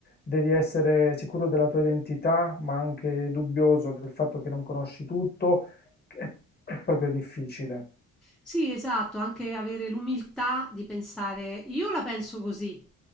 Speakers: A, on the left (about 30°); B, in the centre.
A: Devi essere sicuro della tua identità, ma anche dubbioso del fatto che non conosci tutto. È, è proprio difficile.
B: Sì, esatto, anche avere l'umiltà di pensare, io la penso così.